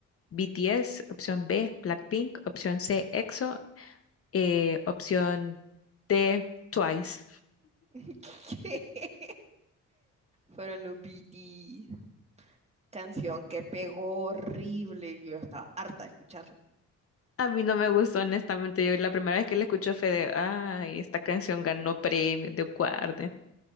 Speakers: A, on the left; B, on the right.
A: BTS, opción B, Blackpink, opción C, EXO, eh, opción D, Twice.
B: <laughs> Fueron los BT. Canción que pegó horrible. y Yo estaba harta de escucharla.
A: A mí no me gustó, honestamente. Yo la primera vez que la escuché fue de, ay, esta canción ganó premio de Guarde.